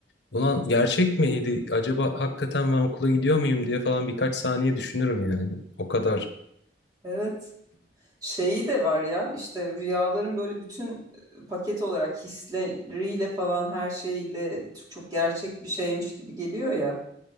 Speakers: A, on the left; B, on the right.
A: ulan gerçek miydi acaba hakikaten ben okula gidiyor muyum diye falan birkaç saniye düşünürüm yani. O kadar
B: Evet Şeyi de var ya işte rüyaların böyle bütün e, paket olarak hisleriyle falan her şeyle çok gerçek bir şeymiş gibi geliyor ya.